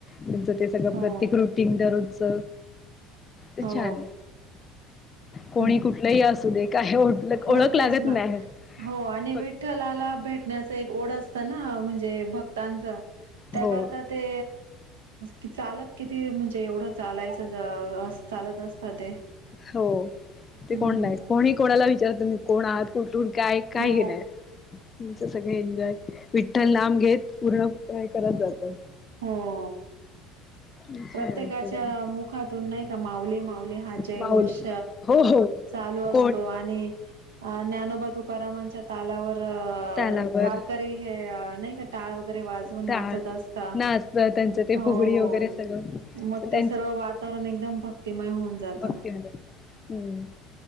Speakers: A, on the left; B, on the right.
A: तुमचं ते सगळं
B: हो
A: प्रत्येक रुटीन दररोजच. ते
B: हो
A: छान, कोणी
B: हम्म
A: कुठलंही असू दे काय लग,
B: हो
A: ओळख
B: तेच
A: लागत
B: ना.
A: नाही.
B: हो, आणि
A: फक्त
B: विठ्ठलाला भेटण्याच एक ओढ असत ना, म्हणजे. ते भक्तांच, त्याकरता
A: हो
B: ते कि चालत किती म्हणजे एवढं चालायचं अस चालत असतं ते
A: हो, ते
B: हम्म
A: कोण नाही, कोणी कोणाला विचारतो कोण आहात, कुठून काय, काही
B: हो.
A: नाही. तुमच सगळ एन्जॉय, विठ्ठल नाम घेत पूर्ण करत जातं.
B: हो.
A: छान
B: प्रत्येकाच्या
A: वाटते बघा
B: मुखातून नाही का माऊली माऊली हा जयघोष.
A: माऊली हो हो
B: चालू असतो,
A: कोण
B: आणि ज्ञानोबा तुकारामांचा तालावर,
A: तालावर
B: वारकरी हे नाही क टाळ वगैरे वाजवून
A: टाळ
B: नाचत असता,
A: नाचत त्यांचं ते
B: हो.
A: फुगडी वगैरे सगळं
B: मग
A: त्यांच
B: ते सर्व वातावरण एकदम भक्तिमय होऊन जात.
A: भक्तिमय, हम्म,